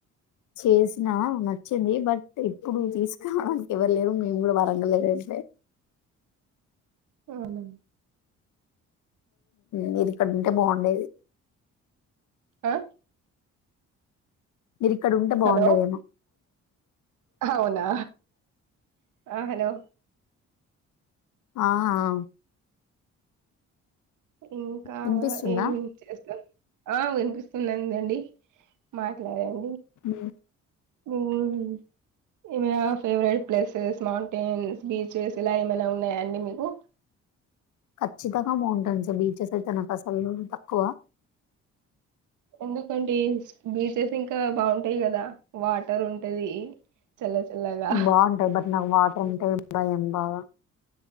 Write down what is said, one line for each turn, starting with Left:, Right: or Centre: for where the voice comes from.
Left: చేసినా నచ్చింది బట్ ఇప్పుడు తీసుకోవడానికి ఎవరు లేరు, మేము కూడా వరంగల్లో లేం
Right: అ అవునా
Left: మీరు ఇక్కడుంటే బాగుండేది.
Right: ఆ
Left: మీరు ఇక్కడ ఉంటే బాగుండెదేమో.
Right: హలో! అవునా ఆ హలో
Left: ఆ ఆ
Right: ఇంకా
Left: వినిపిస్తుందా
Right: ఏం చేస్తు ఆ వినిపిస్తున్నందండి మాట్లాడం
Left: మ్
Right: మ్మ్ ఏమైనా ఫేవరెట్ ప్లేసెస్ మౌంటైన్స్ బీచెస్ ఇలా ఏమైనా ఉన్నాయా అండి మీకు?
Left: ఖచ్చితంగా మౌంటైన్స్ బీచెస్ అయితే నాకు అసలు తక్కువ.
Right: ఎందుకండీ బీచెస్ ఇంకా బాగుంటాయి కదా, వాటర్ ఉంటది. చల్ల చల్లగా
Left: బావుంటాయి. బట్ నాకు వాటర్ అంటే భయం బాగా.